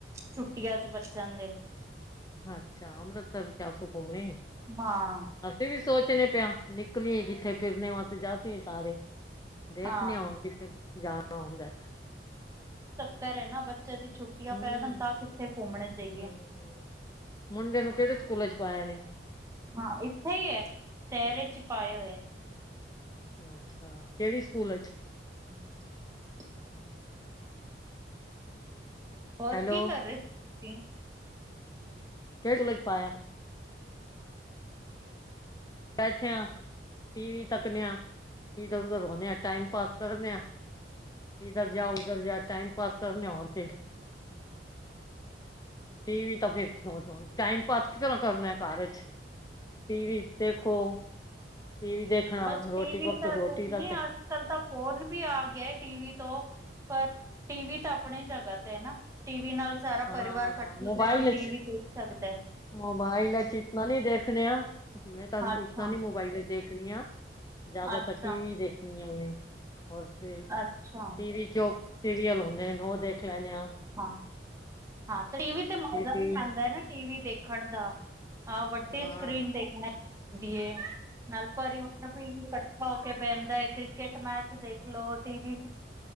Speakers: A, on the right; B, on the left.
A: ਛੁੱਟੀਆਂ ਚ ਬੱਚਿਆਂ ਦੇ।
B: ਅੱਛਾ ਅੰਮ੍ਰਿਤਸਰ ਚ ਸੋ ਘੁੰਮਣੇ।
A: ਹਾਂ।
B: ਅਸੀਂ ਵੀ ਸੋਚਣੇ ਪਿਆ ਨਿਕਲੀ ਕਿੱਥੇ ਫਿਰਨੇ ਵਾਸਤੇ ਜਾਸੀ ਸਾਰੇ। ਦੇਖਣੇ
A: ਹਾਂ
B: ਹੁਣ ਕਿਥੇ ਜਾਣਾ ਹੁੰਦਾ।
A: ਘਰੇ ਨਾ ਬੱ ਬੱਚੇਆਂ ਦੀ ਛੁੱਟੀਆਂ
B: ਹੂੰ
A: ਪੈਵਣ ਤਾਂ ਕਿੱਥੇ ਘੁੰਮਣ ਜਾਈਏ।
B: ਹੂੰ ਹੂੰ। ਮੁੰਡੇ ਨੂੰ ਕਿਹੜੇ ਸਕੂਲ ਚ ਪਾਇਆ ਨੇ।
A: ਹਾਂ, ਇੱਥੇ ਹੀ ਹੈ ਸ਼ਹਿਰ'ਚ ਪਾਇਆ ਹੋਏਆ।
B: ਅੱਛਾ ਕਿਹੜੀ ਸਕੂਲ ਚ?
A: <inaudible> ਹੋਰ
B: ਹੈਲੋ
A: ਕੀ ਕਰ ਰਹੇ ਸੀ ਤੁਸੀਂ?
B: ਕਿਹੜੇ ਚ ਪਾਇਆ? ਬੈਠਿਆ ਟੀ ਵੀ ਤੱਕਨ ਆ ਇਧਰ ਉਧਰ ਰਦੇ ਆ ਟਾਈਮ ਪਾਸ ਕਰਨ ਆ ਇਧਰ ਜਾ ਉਧਰ ਜਾ ਟਾਈਮ ਪਾਸ ਕਰਨਿਆ ਹੋਰ ਤੇ। ਟੀ ਵੀ ਤਾਂ ਫਿਰ ਟਾਈਮ ਪਾਸ ਕਿਸ ਤਰ੍ਹਾਂ ਕਰਨਾ ਕਾਰਜ। ਟੀ ਵੀ ਦੇਖੋ। ਟੀ ਵੀ ਦੇਖਣਾ
A: ਬਸ
B: ਰੋਟੀ
A: ਟੀਵੀ
B: ਪਕ
A: ਤਾਂ
B: ਰੋਟੀ
A: ਨ
B: ਦਾ ਤੇ
A: ਅੱਜ ਕੱਲ ਤਾਂ ਫੋਨ ਵੀ ਆ ਗਿਆ ਟੀਵੀ ਤੋਂ ਪਰ ਟੀਵੀ ਤਾਂ ਆਪਣੀ ਜਗ੍ਹਾ ਤੇ ਹੈ ਨਾ ਟੀਵੀ ਨਾਲ ਸਾਰਾ
B: ਹਾਂ
A: ਪਰਿਵਾਰ ਇਕੱਠਾ
B: ਮੋਬਾਈਲ
A: ਬੈਠ ਕੇ ਟੀਵੀ ਦੇਖ ਸਕਦਾ ਹੈ
B: ਮੋਬਾਇਲ ਚ ਇਤਨਾ ਨ ਦੇਖ ਖ ਮੈਂ ਤੁਹਾਨੂੰ
A: ਅੱਛਾ
B: ਪੁ ਨੀ ਮੋਬਾਈਲ ਦੇਖਣੀ ਆ ਜ਼ਿਆਦਾਤਰ
A: ਅੱਛਾ
B: ਟੀ ਵੀ ਦੇਖਣੀ। ਹੋਰ ਤੇ
A: ਅੱਛਾ
B: ਟੀਵੀ ਚ ਸੀਰੀਅਲ ਹੁੰਦੇ
A: ਹਾਂ
B: ਨੇ ਉਹ ਦੇਖ ਲਣ ਆ।
A: ਹਾਂ ਹਾਂ ਤੇ ਟੀਵ ਤੇ ਮਜ਼ਾ
B: ਟੀ
A: ਵੀ ਆਉਂਦਾ ਨਾ ਟੀ ਵੀ ਦੇਖਣ ਦਾ। ਹਾਂ ਵੱਡੀ
B: ਹਾਂ
A: ਸਕਰੀਨ
B: ਹਾਂ
A: ਦੇਖਣਾ ਚੁੰਦੀ ਹੈ। ਨਲਪਰੀ ਵ ਕੱਠਾ ਹੋ ਕੇ ਪਹਿੰਦਾ ਹੈ ਕ੍ਰਿਕਟ ਮੈਚ ਦੇਖਲੋ ਟੀ ਵੀ